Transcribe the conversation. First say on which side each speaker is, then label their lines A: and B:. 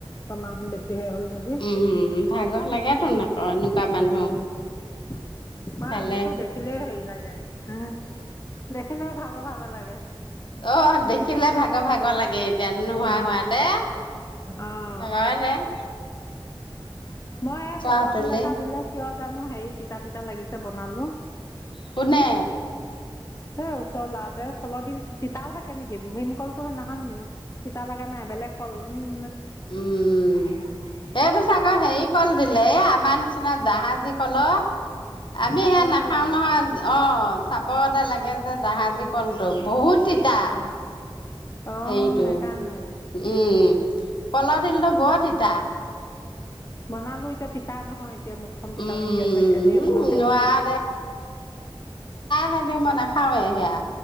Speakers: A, on the left; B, on the left.
A: কমাহ বেছিহে হ'ল নেকি
B: উম ভাগৰ লাগেতোন আকৌ এনেকুৱা
A: ভ
B: মানুহ
A: লাগে উম ম
B: ইফালে
A: মোৰতো দেখিলেই হেৰি লাগে উম দেখিলে ভাগ ভাগ লাগে
B: অ দেখিলে ভাগৰ ভাগৰ লাগে এতিয়া নোহোৱা
A: অ',
B: হোৱাতে
A: অ',
B: নলেে
A: মই এই কলডিল
B: হাতলি
A: এটা দিলে কিয় জানো হেৰি তিতা তিতা লাগিছে বনালো
B: পুনে
A: সেই ওচৰ লাতে খলদ তিতাও থাকে নেকি ভীমকলটোো সেইদিনাখান তিতা লগা নাই বেলেগ কল উম,
B: উম সেইটো চাগৰ হেৰি কল দিলে এ আমাৰ নিচিনা জাহাজ আজি কল আমি
A: চাপৰতে
B: সে নাখাও
A: লাগা
B: নহয় অ চাব দে লাগে যে জাহাজী কণটো বহুত তিতা
A: অ', অ',
B: সেইটো
A: সেইকাৰণে
B: উম কল দিলটোো বত ইতিতা
A: বনালো এতিয়া তিতা নহয় এতিয়া মুখখন তিতা
B: উম
A: লাগি আছে এনেই অকমান খাই
B: নোৱাৰা
A: চাইছো
B: খে দি মানে খাওে সেয়া